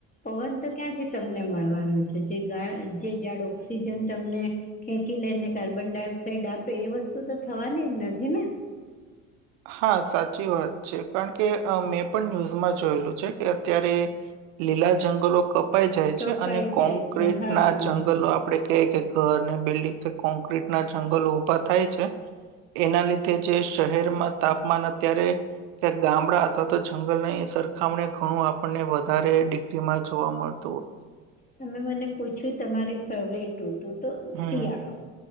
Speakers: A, on the left (about 20°); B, on the right (about 70°).
A: પવન તો ક્યાંથી તમને મળવાનું છે જે ગા જે ઝાડ ઓક્સિજન તમને ખેંચી લે ને કાર્બન ડાયોક્સાઇડ આપે એ વસ્તુ તો થવાની જ નથી ને
B: હા સાચી વાત છે કારણ કે મેં પણ ન્યૂઝમાં જોયેલું છે કે અત્યારે લીલા જંગલો કપાઈ જાય
A: કપાઈ
B: છે અને કોંક્રિટ
A: જાય છે હા
B: ના જંગલો આપડે કેય કે ઘર ને બિલ્ડિંગ કોન્ક્રીટના જંગલો ઉભા થાય છે. એના લીધે જે શહેરમાં તાપમાન અત્યારે કે ગામડા અથવા તો જંગલ ના એ સરખામણી ઘણું આપણને વધારે ડિગ્રી માં જોવા મળે
A: તમે મને પૂછ્યું તમારી ફેવરેટ ઋતુ તો
B: હમ્મ,
A: શિયાળો